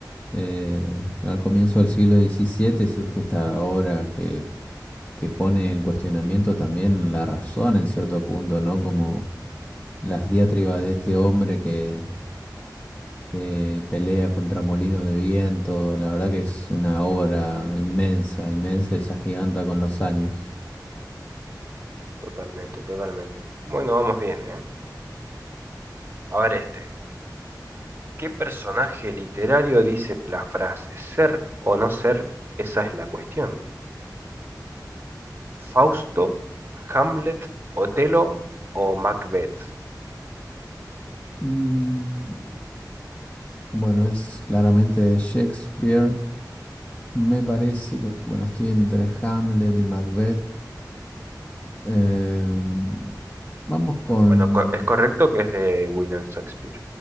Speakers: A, on the left; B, on the right.
A: eh, al comienzo del siglo XVII surge esta obra que, que pone en cuestionamiento también la razón en cierto punto, ¿no? Como las diatribas de este hombre que, que pelea contra molinos de viento. La verdad que es una obra inmensa, inmensa y se agiganta con los años.
B: Totalmente, totalmente. Bueno, vamos bien, ¿eh? A ver este. ¿Qué personaje literario dice la frase ser o no ser? Esa es la cuestión. ¿Fausto, Hamlet, Otelo o Macbeth?
A: Mm, Bueno, es claramente de Shakespeare. Me parece que, bueno, estoy entre Hamlet y Macbeth. Em, vamos con,
B: Bueno, co- es correcto que es de William Shakespeare.